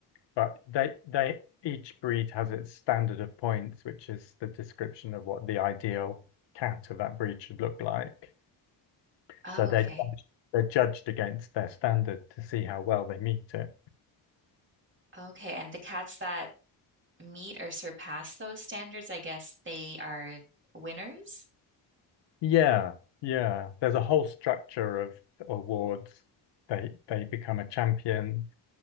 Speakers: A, on the left; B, on the right.
A: but they they each breed has its standard of points, which is the description of what the ideal cat of that breed should look like.
B: Oh,
A: So they're
B: okay.
A: judged- they're judged against their standard to see how well they meet it.
B: Okay, and the cats that meet or surpass those standards, I guess they are winners.
A: Yeah, yeah. There's a whole structure of awards. They they become a champion.